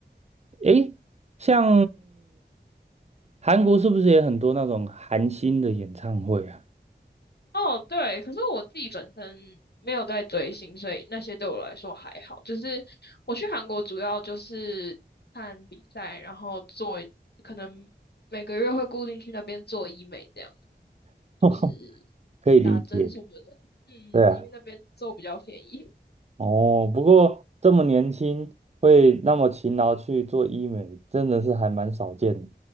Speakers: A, on the right; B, on the left.
A: 诶，像韩国是不是也很多那种韩星的演唱会啊？
B: 哦，对，可是我自己本身没有在追星，所以那些对我来说还好。就是我去韩国主要就是看比赛，然后做，可能每个月会固定去那边做医美，这样就是
A: <laughs> 可以理解，
B: 打针什么的。嗯，
A: 对啊，
B: 因为那边做比较便宜。
A: 哦，不过这么年轻会那么勤劳去做医美，真的是还蛮少见的。